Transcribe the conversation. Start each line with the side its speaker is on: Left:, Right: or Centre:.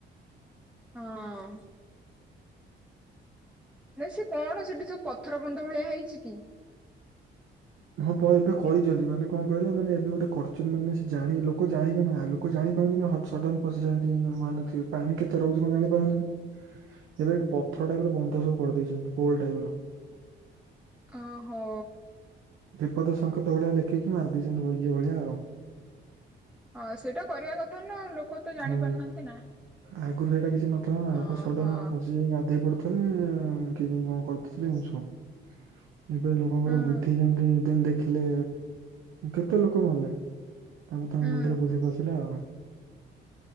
Centre: ହଁ-ଅ-ଅ ନାଇ ସେ କଣ ସେଠି ସବୁ ପଥର ବନ୍ଧ ଭଳିଆ ହେଇଛି କି?
Right: ହଁ ପ ଏବେ କହିଛନ୍ତି
Centre: କେମି
Right: ମାନେ କଣ କହିଲ ମାନେ ସେଠି ଗୋଟେ କରୁଚୁ ମାନେ ସେ ଜାଣି ଲୋକ ଜାଣିବେ ନା, ଲୋକ ଜାଣିପାରନ୍ତିନି ହଁ ସଡନ୍ ପସିଯାନ୍ତି। <unintelligible> ପାଣି କେତେ ରହୁଛି କଣ ଜାଣିପାରନ୍ତିନି, ଏବେ ପଥର ଟାଇପ ର ବନ୍ଧ ସବୁ କରିଦେଇଛନ୍ତି ପୋଲ ଟାଇପ ର।
Centre: ଆ ହୋ।
Right: ବିପଦ ସଙ୍କେତ ଭଳିଆ ଲେଖିକି ମାରିଦେଇଛନ୍ତି ଇ ଇଏ ଭଳିଆ ଆଉ।
Centre: ହଁ ସେଇଟା କରିବା କଥା ନା, ଲୋକ ତ ଜାଣିପାରୁନାହାନ୍ତି
Right: ହଁ।
Centre: ନା।
Right: ଆଗରୁ ହେଟା କିଛି କେହି ନଥିଲେ ନା
Centre: ଓହୋ
Right: ଆଗ ଶଡ଼ନ ପଶି ଯାଇ ଗାଧୋଇ ପଡୁ। ତଥାପି <unintelligible> କରଥିଲି ସବ୍ ଏବେ ଲୋକଙ୍କର
Centre: ହଁ
Right: ଭୁଲ ସେଦିନ ଦେଖିଲେ କେତେ ଲୋକ, ମଲେ ତାଙ୍କେ ତାଙ୍କ
Centre: ହଁ
Right: ମୁଣ୍ଡରେ ବୁଦ୍ଧି ପସିଲା ଆଉ।